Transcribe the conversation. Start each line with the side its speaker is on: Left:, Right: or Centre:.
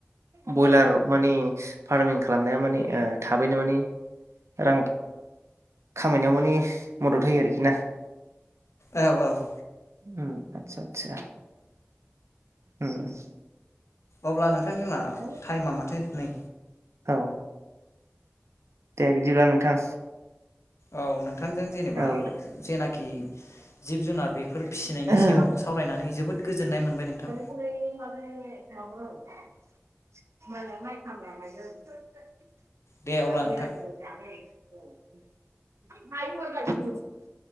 Right: ब्रयलार मानि फार्मिं खालामनाया माने ओ थाबैनो माने रां खामायनायाव माने मदद होयो आरोखि ना।
Left: औ औ।
Right: उम आतसा आतसा उम
Left: अब्ला नोंथां जोंना
Right: <unintelligible>
Left: टाइमा माथो नै
Right: औ दे बिदिब्ला नोंथां।
Left: औ नोंथांजों जेनेबा
Right: औ
Left: जेनाखि जिब जुनार बेफोर फिसिनायनि
Right: दे
Left: सायाव सावरायनानै जोबोद गोजोननाय मोनबाय नोंथां।
Right: <unintelligible> <unintelligible>
Left: दे अब्ला नोंथां